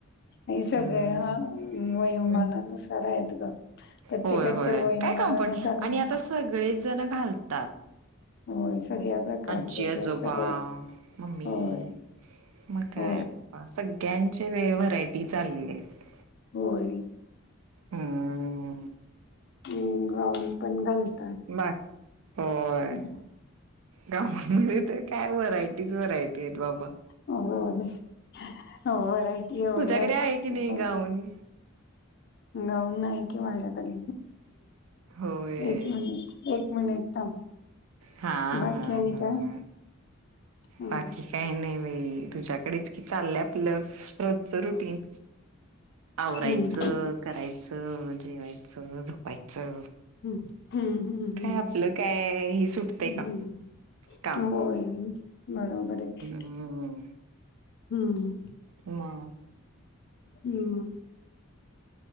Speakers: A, on the left; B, on the right.
A: हे सगळ्या
B: हम्म
A: ह वयोमानानुसार
B: हं.
A: आहेत ग. प्रत्येकाच्या
B: होय होय
A: वयोमानना
B: काय कम्फर्ट
A: नुसार
B: आणि
A: मिळतय.
B: आता सगळेच धन घालतात.
A: होय, सगळ्या प्रकारचे
B: अज्जी, आजोबा,
A: ड्रेस सगळेच
B: मम्मी
A: होय.
B: म काय
A: हो
B: आता सग ळ्यांचे वे व्हरायटी चाललेत
A: होय
B: हम्.
A: हम् गाउन पण घालतात
B: बा होय
A: ‌.
B: गाऊनमध्ये तर काय व्हरायटीच व्हरायटी आहेत बाबा.
A: होय होय व्हरायटी एवढ्या
B: तुझ्याकडे
A: असतात
B: आहे
A: की
B: नाही
A: बा
B: गाऊन
A: गाऊन नाही कि माझ्याकडे.
B: होय
A: एक मिनिटं एक मिनिटं थांब.
B: हा
A: बाकी
B: हा
A: आणि
B: हा
A: काय? हम्म.
B: बाकी काय नाही बाई. तुझ्याकडेच कि चाललंय आपलं रोजचं
A: हम्म.
B: रुटीन आवरायचं
A: हम्म.
B: करायचं, जेवायचं, झोपायचं.
A: हम् हम्म हम्म हम्म
B: काय आपलं काय हे सुटतंय
A: हम्म.
B: का काम
A: होय, बरोबर आहे.
B: हम्म.
A: हम्म
B: मग
A: हम्म.